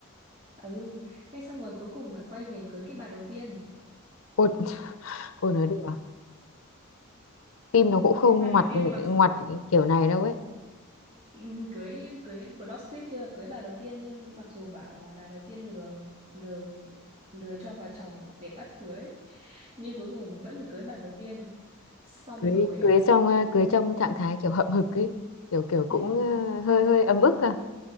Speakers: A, on the right; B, on the left.
A: ừ thế xong rồi cuối cùng lại quay về cưới cái bà đầu tiên
B: ôi ôi nói đùa phim nó cũng không
A: cưới bà
B: ngoặt
A: đầu tiên mặc
B: ngoặt
A: dù
B: kiểu này đâu ấy
A: Ừ, cưới cưới plot twist chưa cưới bà đầu tiên nhưng mặc dù bảo là bà đầu tiên lừa lừa lừa cho bà chồng để bắt cưới nhưng cuối cùng vẫn phải cưới bà đầu tiên xong
B: cưới
A: rồi
B: cưới
A: à
B: trong ờ, cưới trong trạng thái kiểu hậm hực ấy kiểu kiểu cũng
A: ừ,
B: ờ, hơi hơi ấm ức à